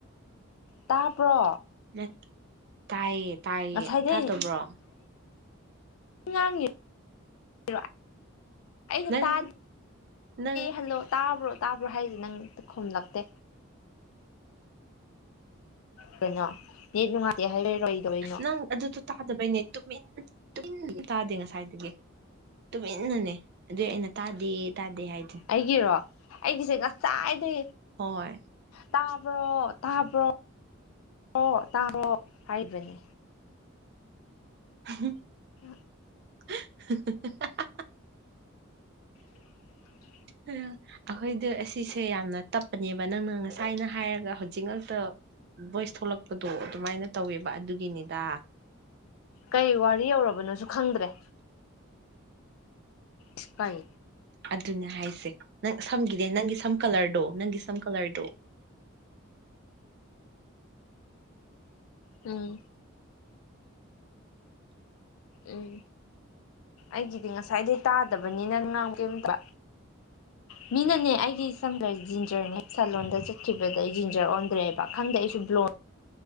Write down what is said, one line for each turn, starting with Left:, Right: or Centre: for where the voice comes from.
Left: ꯇꯥꯕ꯭ꯔꯣ
Right: ꯅꯠ ꯇꯥꯏꯌꯦ- ꯄꯥꯏꯌꯦ
Left: ꯉꯁꯥꯏꯗꯩ
Right: ꯇꯗꯕ꯭ꯔꯣ
Left: ꯉꯥꯡꯉꯤꯝ <unintelligible> ꯑꯩꯗ
Right: ꯅꯪ
Left: ꯇꯗꯦ
Right: ꯅꯪ
Left: ꯍꯜꯂꯣ ꯇꯥꯕ꯭ꯔꯣ ꯇꯥꯕ꯭ꯔꯣ ꯍꯥꯏꯁꯦ ꯅꯪ ꯈꯨꯝꯂꯛꯇꯦ ꯀꯩꯅꯣ ꯅꯦꯠ ꯅꯨꯡꯉꯥꯏꯇꯦ ꯍꯥꯏꯕꯩꯔꯣ ꯀꯩꯗꯣꯏꯅꯣ
Right: ꯅꯪ ꯑꯗꯨꯗꯣ ꯇꯥꯗꯕꯩꯅꯦ ꯇꯨꯃꯤꯟ- ꯇꯨꯃꯤꯟ ꯂꯩꯌꯦ ꯇꯥꯗꯦ ꯉꯁꯥꯏꯗꯒꯤ ꯇꯨꯃꯤꯟꯅꯅꯦ ꯑꯗꯨꯏ ꯑꯩꯅ ꯇꯥꯗꯦ- ꯇꯥꯗꯦ ꯍꯥꯏꯗꯣ
Left: ꯑꯩꯒꯤꯔꯣ ꯑꯩꯒꯤꯁꯦ ꯉꯁꯥꯏꯗꯒꯤꯩ
Right: ꯍꯣꯏ
Left: ꯇꯥꯕ꯭ꯔꯣ ꯇꯥꯕ꯭ꯔꯣ ꯕ꯭ꯔꯣ ꯇꯥꯕ꯭ꯔꯣ ꯍꯥꯏꯔꯤꯕꯅꯤ
Right: ꯍꯝ
Left: <unintelligible>
Right: ꯍꯥ ꯍꯥ ꯍꯥ
Left: <inaudible>
Right: ꯑ ꯔ ꯑꯈꯣꯏꯗꯨ ꯑꯁꯤꯁꯦ ꯌꯥꯝꯅ ꯇꯞꯄꯅꯦꯕ ꯅꯪꯅ ꯉꯁꯥꯏꯅ ꯍꯥꯏꯔꯒ ꯍꯧꯖꯤꯛ ꯉꯛꯇ ꯚꯣꯏꯁ ꯊꯣꯛꯂꯛꯄꯗꯣ ꯑꯗꯨꯃꯥꯏꯅ ꯇꯧꯋꯦꯕ ꯑꯗꯨꯒꯤꯅꯤꯗ
Left: ꯀꯩ ꯋꯥꯔꯤ ꯌꯧꯔꯕꯅꯣꯁꯨ ꯈꯪꯗ꯭ꯔꯦ ꯁꯤꯄꯥꯏ
Right: ꯑꯗꯨꯅꯦ ꯍꯥꯏꯁꯦ ꯅꯪ ꯁꯝꯒꯤꯗꯤ ꯅꯪꯒꯤ ꯁꯝ ꯀꯂꯔꯗꯣ ꯅꯪꯒꯤ ꯁꯝ ꯀꯂꯔꯗꯣ
Left: ꯎꯝ ꯎꯝ ꯑꯩꯒꯤꯗꯤ ꯉꯁꯥꯏꯗꯩ ꯇꯥꯗꯕꯅꯤꯅ ꯀꯩꯝꯇ ꯎ ꯃꯤꯅꯅꯦ ꯑꯩꯒꯤ ꯁꯝꯒꯔꯦ ꯖꯤꯟꯖꯔꯅꯦ ꯁꯂꯂꯣꯟꯗ ꯆꯠꯈꯤꯕꯗ ꯑꯩ ꯖꯤꯟꯖꯔ ꯑꯣꯟꯗ꯭ꯔꯦꯕ ꯈꯪꯗꯦ ꯑꯩꯁꯨ ꯕ꯭ꯂꯣꯟ